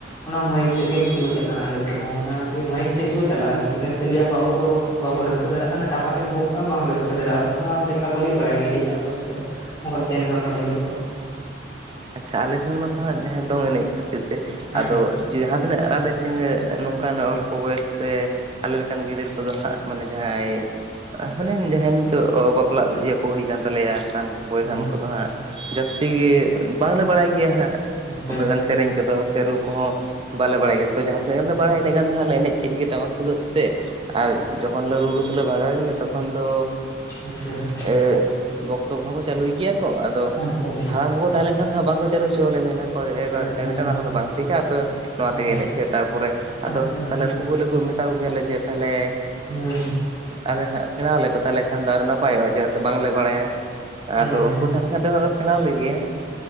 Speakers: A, on the left (about 20°); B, on the right (about 30°).
A: ᱚᱱᱟ ᱢᱟᱹᱭᱤᱼᱼ ᱥᱮᱫ ᱜᱮ ᱵᱤᱥᱤ ᱠᱚ ᱪᱟᱜ ᱠᱟᱱᱟ ᱟᱞᱮ ᱥᱮᱫ ᱦᱚᱸ ᱚᱱᱟ ᱜᱮ ᱢᱟᱹᱭᱤᱠ ᱥᱮᱫ ᱜᱮᱠᱚ ᱪᱟᱞᱟᱜ-ᱟ ᱤᱱᱟᱹᱛᱮ ᱞᱟᱹᱭ ᱟᱠᱚ ᱟᱵᱚ ᱫᱚᱼᱼ ᱵᱟᱵᱚᱱ ᱨᱟᱹᱥᱠᱟᱹ ᱫᱟᱲᱮᱜ ᱠᱟᱱᱟ ᱴᱟᱢᱟᱠ ᱮᱢ ᱜᱚᱜ ᱠᱟᱜ-ᱟ ᱵᱟᱢ ᱨᱟᱹᱥᱠᱟᱹ ᱫᱟᱲᱮᱜ-ᱟ ᱚᱱᱠᱟ ᱞᱮᱠᱟ ᱠᱚ ᱞᱟᱹᱭ ᱵᱟᱲᱟᱭ ᱜᱮᱭᱟ ᱪᱮᱛᱟ ᱟᱯᱮ ᱠᱚ ᱥᱮᱼᱼ ᱚᱱᱠᱟ ᱪᱮᱱᱜᱟ ᱠᱚᱲᱟ ᱜᱤᱫᱽᱨᱟᱹ ᱠᱚᱼᱼ
B: ᱟᱪᱪᱷᱟ ᱟᱞᱮ ᱴᱷᱮᱱ ᱢᱟᱛᱚ ᱦᱟᱸᱜ ᱡᱟᱦᱟᱸ ᱫᱚᱝ ᱮᱱᱮᱡ ᱠᱷᱟᱹᱛᱤᱨ ᱛᱮ
A: ᱦᱮᱸ
B: ᱟᱫᱚ <unintelligible> ᱛᱤᱱᱟᱹᱜ ᱟᱞᱮ ᱪᱮ ᱱᱚᱝᱠᱟᱱ ᱚᱞᱯᱚ ᱵᱚᱭᱮᱥ ᱥᱮᱼᱼ ᱟᱞᱮ ᱞᱮᱠᱟᱱ ᱜᱤᱫᱽᱟᱹᱨ ᱠᱚᱫᱚ ᱦᱟᱸᱜ ᱢᱟᱱᱮ ᱡᱟᱦᱟᱸᱭᱼᱼ ᱢᱟᱱᱮ ᱡᱟᱦᱟᱸᱭ ᱱᱤᱛᱚᱜ ᱵᱟᱯᱞᱟ ᱤᱭᱟᱹ ᱠᱚ ᱦᱩᱭ ᱠᱟᱱ ᱛᱟᱞᱮᱭᱟ ᱚᱱᱠᱟᱱ ᱵᱚᱭᱮᱥᱟᱱ
A: ᱦᱮᱸ ᱦᱮᱸ
B: ᱠᱚᱫᱚ ᱦᱟᱸᱜ ᱡᱟᱹᱥᱛᱤ ᱜᱮ ᱵᱟᱝᱞᱮ ᱵᱟᱲᱟᱭ ᱜᱮᱭᱟ ᱦᱟᱸᱜ
A: ᱟᱪᱪᱷᱟ
B: ᱩᱱᱟᱹᱜ ᱜᱟᱱ ᱥᱮᱨᱮᱧ ᱤᱱᱠᱟᱹ ᱠᱚᱫᱚ ᱥᱮ ᱨᱩ ᱠᱚ ᱦᱚᱸᱼᱼ ᱵᱟᱞᱮ ᱵᱟᱲᱟᱭ ᱜᱮᱭᱟ ᱛᱚ ᱡᱟᱦᱟᱸ ᱛᱤᱱᱟᱹᱜ ᱜᱟᱱ ᱞᱮ ᱵᱟᱲᱟᱭᱟ ᱤᱱᱟᱹ ᱜᱟᱱ ᱫᱚ ᱦᱟᱸᱜ ᱞᱮ ᱮᱱᱮᱡ ᱠᱮᱫ ᱜᱮ ᱴᱟᱢᱟᱠ ᱛᱩᱫᱟᱹᱜ ᱛᱮ ᱟᱨ ᱡᱚᱠᱷᱚᱱ ᱞᱮ ᱨᱩ ᱨᱩ ᱛᱮᱞᱮ ᱵᱷᱟᱜᱟᱣ ᱮᱱ ᱜᱮ ᱛᱚᱠᱷᱚᱱ ᱫᱚ
A: ᱟᱪᱪᱷᱟ ᱟᱪᱪᱷᱟ
B: ᱮ ᱵᱚᱠᱥᱚ ᱠᱚᱦᱚᱸ ᱠᱚ ᱪᱟᱹᱞᱩᱭ ᱜᱮᱭᱟ ᱠᱚ ᱟᱫᱚ
A: ᱟᱪᱪᱷᱟ ᱟᱪᱪᱷᱟ
B: ᱦᱟᱲᱟᱢ ᱠᱚᱠᱚ ᱛᱟᱦᱮᱸ ᱞᱮᱱ ᱠᱷᱟᱱ ᱫᱚ ᱦᱟᱸᱜ ᱵᱟᱝ ᱠᱚ ᱪᱟᱹᱞᱩ ᱦᱚᱪᱚᱣ ᱞᱮᱭᱟ ᱢᱮᱱᱟ
A: ᱟᱪᱪᱷᱟ
B: ᱮ ᱵᱟ
A: ᱟᱪᱪᱷᱟ
B: ᱮᱵᱮᱴᱟ ᱚᱱᱟ ᱠᱚᱫᱚ ᱵᱟᱝ ᱴᱷᱤᱠᱟ ᱟᱯᱮᱼᱼ ᱱᱚᱣᱟ
A: ᱦᱚᱸ
B: ᱛᱮᱜᱮ ᱮᱱᱮᱡ ᱯᱮ ᱛᱟᱨᱯᱚᱨᱮ ᱟᱫᱚ
A: ᱟᱪᱪᱷᱟ ᱟᱪᱪᱷᱟ
B: ᱛᱟᱞᱦᱮ ᱩᱱᱠᱩ ᱠᱩᱞᱤ ᱠᱩ ᱢᱮ ᱛᱟ ᱠᱚᱜᱮᱭᱟᱞᱮ ᱡᱮ ᱛᱟᱦᱞᱮ
A: ᱦᱮᱸ
B: ᱟᱞᱮ ᱦᱟᱸᱜ ᱥᱮᱬᱟᱣ ᱞᱮᱯᱮ ᱛᱟᱞᱦᱮ ᱠᱷᱟᱱ ᱫᱚ ᱟᱨᱚ ᱱᱟᱯᱟᱭᱚᱜᱼᱟ ᱪᱮᱫᱟᱜ ᱥᱮ ᱵᱟᱝᱞᱮ ᱵᱟᱲᱟᱭᱟ ᱾
A: ᱦᱮᱸ
B: ᱟᱫᱚ
A: ᱦᱮᱸ
B: ᱩᱱᱠᱩ ᱛᱟᱦᱮ ᱞᱮᱠᱷᱟᱱ ᱫᱚ ᱦᱟᱜ ᱠᱚ ᱥᱮᱬᱟᱣ ᱞᱮᱜᱮᱭᱟ ᱾